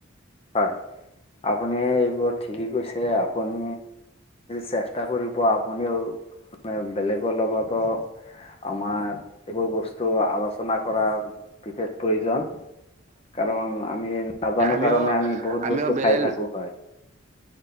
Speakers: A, on the left; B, on the right.
A: হয়। আপুনি এইবোৰ ঠিকেই কৈছে, আপুনি চেষ্টা কৰিব আপুনিও। বেলেগৰ লগতো আমাৰ এইবোৰ বস্তু আলো চনা কৰা বিশেষ প্ৰয়োজন কাৰণ আমি নাজানো
B: কিয়
A: কাৰণে আমি বহুত
B: আমিও
A: বস্তু
B: বেলে,
A: খাই থাকোঁ হয়